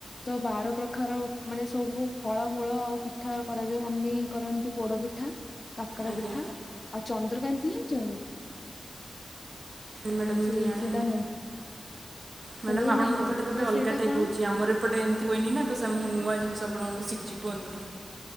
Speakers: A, on the left; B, on the right.
A: ତ ବାର ପ୍ରଖାର ମାନେ ସବୁ ଫଳମୂଳ ଆଉ ପିଠା କରାଯାଏ, ମମି କରନ୍ତି, ପୋଡ ପିଠା, କାକରା
B: ଆଜ୍ଞା ଆଜ୍ଞା
A: ପିଠା ଆଉ ଚନ୍ଦ୍ରକାନ୍ତି ଜାଣିଚ
B: ମ୍ୟାଡାମ ମୁଁ
A: ସେଇ
B: ତ ଜାଣିନି,
A: ସେଇଟା ମୁଗ
B: ମ୍ୟାଡାମ
A: ଚନ୍ଦ୍ରକାନ୍ତି
B: ଆପଣଙ୍କ
A: ଜାଣିନାହାନ୍ତି
B: ପଟେ ଗୋଟେ
A: ତ ସେଇଟା
B: ଅଲଗା। ଟାଇପ
A: କଣ
B: ହୋଉଛି ଆମର ଏପଟେ ଏମତି ହୁଏନି ନା ତ ସ ମୁଁ ନୂଆ ଜିନଶ ଆପଣଙ୍କ ଠୁ ଶି ଚିପନ୍ତୁ।